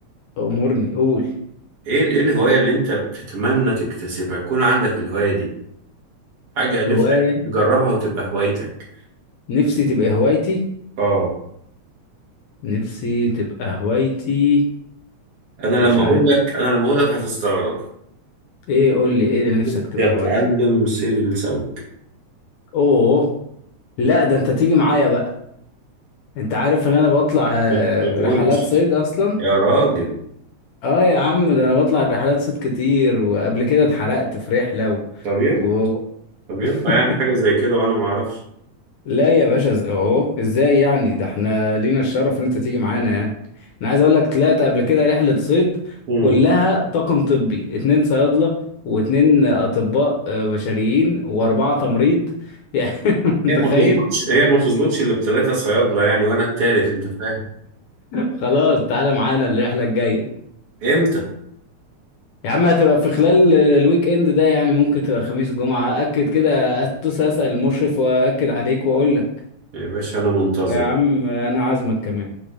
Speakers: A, on the left; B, on the right.
A: أمورني قول
B: إيه ال- إيه الهواية اللي أنت بتتمنى تكتسبها يكون عندك الهواية دي حاجة نفسك
A: هواية
B: تجربها وتبقى هوايتك
A: نفسي تبقى هوايتي
B: آه
A: نفسي تبقى هوايتي
B: أنا
A: مش
B: لما
A: عارف
B: أقول لك أنا لما أقول لك هتستغرب
A: ايه قول لي ايه اللي
B: نفسي
A: نفسك تبقى
B: أتعلم
A: هوايتك
B: صيد السمك
A: اوه لا ده انت تيجي معايا بقى انت عارف ان انا بطلع آه،
B: ما ما تقولش
A: رحلات صيد اصلا
B: يا راجل
A: اه يا عم ده انا بطلع رحلات صيد كتير وقبل كده اتحرقت في رحلة و...
B: طب ينفع
A: و...
B: طب
A: <laughs>
B: ينفع يعني حاجة زي كده وأنا ما أعرفش
A: لا يا باشا إز- اهو ازاي يعني ده احنا لينا الشرف ان انت تيجي معانا يعني انا عايز اقول لك طلعت قبل كده رحلة صيد
B: مم.
A: كلها طاقم طبي اتنين صيادلة واتنين اطباء آه، بشريين واربعة تمريض <laughs> يعني متخيل
B: هي ما تظبطش هي ما تظبطش إلا بتلاتة صيادلة يعني وأنا التالت أنت فاهم
A: خلاص تعالى معانا الرحلة الجاية
B: إمتى
A: يا عم هتبقى في خلال ال- الويك اند ده يعني ممكن تبقى خميس جمعة اكد كده اتصل اسأل المشرف واكد عليك واقول لك
B: يا باشا أنا منتظر
A: ويا عم انا عازمك كمان